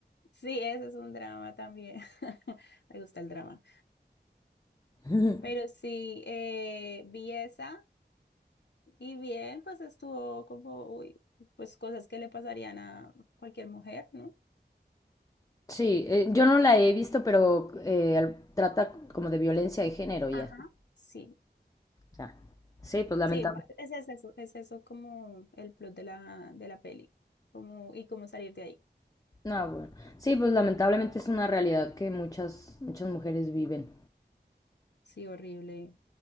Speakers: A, on the left; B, on the left.
A: Sí, ese es un drama también. <laughs> Me gusta el drama.
B: Ujú.
A: Pero sí, eh, vi esa Y bien, pues estuvo como, uy, pues cosas que le pasarían a cualquier mujer, ¿no?
B: Sí, eh, yo no la he visto, pero eh, al- trata como de violencia de género y
A: Ajá.
B: así.
A: Sí,
B: Ya. Sí, pues lamentable.
A: sí, va- es, es eso, es eso como el plot de la, de la peli, como, y cómo salir de ahí.
B: No, bueno. Sí, pues lamentablemente es una realidad que muchas muchas mujeres viven.
A: Sí, horrible.